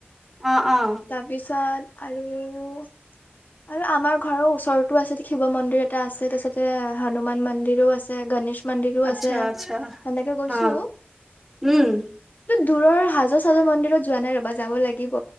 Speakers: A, in the centre; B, on the left.
A: অ অ
B: তাৰপিছত আৰু আৰু আমাৰ ঘৰৰ ওচৰতো আছিল শিৱ মন্দিৰ এটা আছে তাৰিছতে হনুমান মন্দিৰো আছে গনেশ, মন্দিৰো
A: আচ্ছা
B: আছে
A: আচ্ছা
B: সেনেকে গৈছো।
A: অ উম,
B: দূৰৰ হাজো চাজৰ মন্দিৰত যোৱা নাই ৰবা যাব লাগিব।